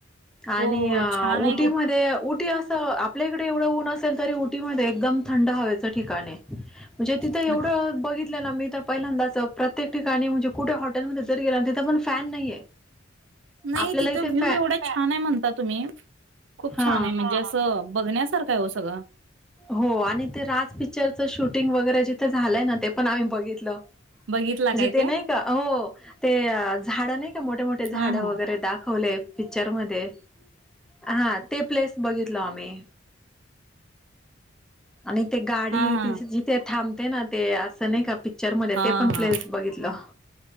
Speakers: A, in the centre; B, on the right (about 70°).
A: आणि
B: हो हो छान आहे
A: उटीमध्ये उटी असं आपल्या इकडे एवढं ऊन असेल तरी उटीमध्ये एकदम थंड हवेच ठिकाण आहे. म्हणजे तिथं
B: तिथ
A: एवढं बघित <unintelligible> मी तर पहिल्यांदाच प्रत्येक ठिकाणी म्हणजे कुठे हॉटेलमध्ये जर गेला तिथं पण फॅन नाहीये,
B: नाही
A: आपल्याला
B: तिथं
A: इथे
B: व्ह्यू
A: फॅ
B: एवढा छान आहे म्हणता तुम्ही खूप
A: हा.
B: छान आहे म्हणजे असं बघण्यासारखं, हो सगळं.
A: हो आणि ते राज पिक्चरच शूटिंग वगरे जिथे झालंय ना ते पण आम्ही बघितलं
B: बघितला
A: म्हणजे
B: काय
A: ते नाही का हो ते झाड नाही मोठे मोठे झाड
B: हा
A: वगैरे
B: हा
A: दाखवले पिक्चर मध्ये हा ते प्लेस बघितल आम्ही आणि ते गाडी
B: हा हा
A: ति जिथे थांब ना ते अस असने का प र म
B: हा
A: ते पण
B: हा
A: प्लेस बघितलं